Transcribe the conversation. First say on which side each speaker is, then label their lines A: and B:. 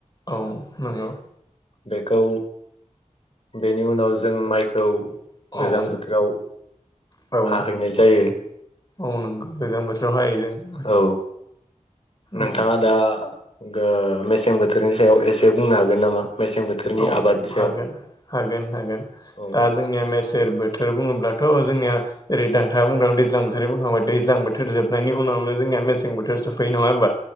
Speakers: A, on the left; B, on the left.
A: औ नंगौ।
B: बेखौ बेनि उनाव जों माइखौ
A: औ
B: गोजां बोथोराव
A: औ
B: हाहैनाय जायो।
A: औ नंगौ गोजां बोथोराव हायो जों।
B: औ नोंथाङा
A: औ
B: दा गो मेसें बोथोरनि सायाव एसे बुंनो हागोन नामा? मेसें बोथोरनि
A: औ
B: आबादनि
A: हागोन
B: सायाव
A: हागोन हागोन
B: औ
A: दा जोंनिया मेसेेर बोथोर बुङोब्ला थ' जोंनिया जेरै नोंथांआ बुंदों दैज्लां बोथोरनि बुंखांबाय दैज्लां बोथोर जोबनायनि उनावनो जोंनिया मेसें बोथोर सफैयो नङा होमबा?